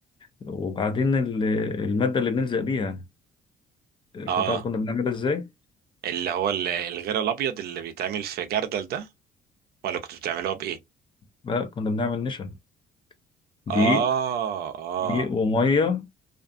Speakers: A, on the left (about 30°); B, on the right (about 70°).
A: وبعدين ال- المادة اللي بنلزق بيها
B: اه
A: كنت تعرف كنا بنعملها ازاي؟
B: اللي هو ال- الغير الابيض اللي بيتعمل في جردل ده ولا كنتوا بتعملوها بايه
A: لا كنا بنعمل نشا دقيق
B: اه اه
A: دقيق وميه